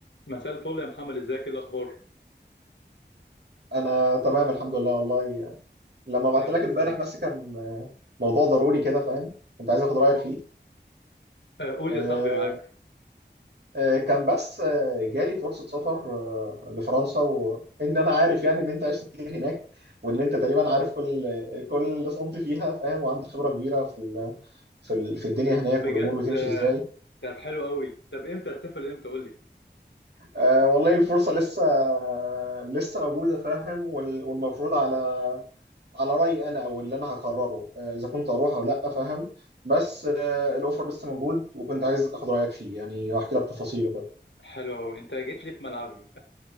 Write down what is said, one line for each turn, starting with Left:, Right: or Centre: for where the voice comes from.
Left: مساء الفل يا محمد ازيك ايه الاخبار
Right: انا تمام الحمد لله والله لما بعت
Left: دايما
Right: لك امبارح
Left: يا صديقي
Right: بس كان آه، موضوع ضروري كده فاهم كنت عايز اخد رايك
Left: و-
Right: فيه
Left: آه، قول
Right: آه،
Left: لي يا صاحبي معاك
Right: آه، كان بس آه، جالي فرصه سفر آه، لفرنسا وان انا عارف يعني ان انت عشت كتير هناك وان انت تقريبا عارف كل كل سنتي فيها فاهم وعندك خبره كبيره في ال- في ال- في الدنيا هناك
Left: بجد
Right: والامور بتمشي
Left: آه،
Right: ازاي
Left: طب حلو قوي طب امتى هتسافر امتى قول لي
Right: آه والله الفرصة لسه لسه موجودة فاهم وال- والمفروض على على رأيي أنا أو اللي أنا هقرره آه إذا كنت أروح أو لأ فاهم بس آه الأوفر لسه موجود وكنت عايز آخد رأيك فيه يعني وأحكي لك تفاصيله كده
Left: حلو قوي انت جيت لي في ملعبي